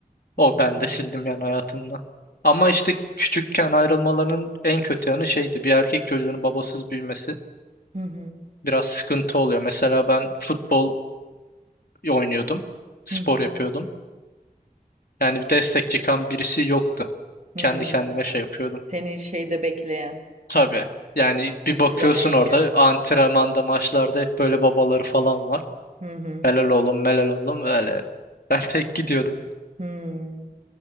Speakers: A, on the left; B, on the right.
A: O
B: Hı hı.
A: ben de sildim yani hayatımdan. Ama işte küçükken ayrılmalarının en kötü yanı şeydi. Bir erkek çocuğunun babasız büyümesi
B: Hı hı.
A: biraz sıkıntı oluyor. Mesela ben futbol oynuyordum. Spor
B: Hı hı.
A: yapıyordum. Yani bir destek çıkan birisi yoktu.
B: Hmm.
A: Kendi kendime şey yapıyordum.
B: Seni şeyde bekleyen,
A: Tabii. Yani
B: izlemeye
A: bir bakıyorsun orada
B: gelen.
A: antrenmanda maçlarda hep böyle babaları falan var.
B: Hı hı.
A: Helal oğlum melal oğlum öyle. Ben tek gidiyordum.
B: Hmm.